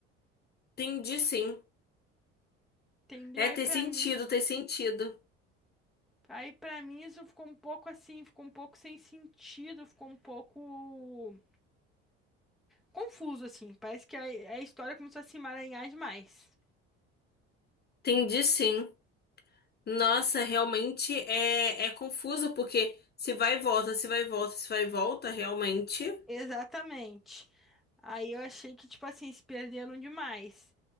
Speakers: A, on the left; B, in the centre.
A: Entendi sim.
B: Entendeu?
A: É,
B: Aí
A: tem
B: pra
A: sentido,
B: mim
A: tem sentido.
B: Aí pra mim isso ficou um pouco assim, ficou um pouco sem sentido, ficou um pouco confuso assim. Parece que a, a história começou a se emaranhar demais.
A: Entendi sim. Nossa, realmente é, é confuso, porque se vai e volta, se vai e volta, se vai e volta, realmente.
B: Exatamente. Aí eu achei que tipo assim, se perderam demais.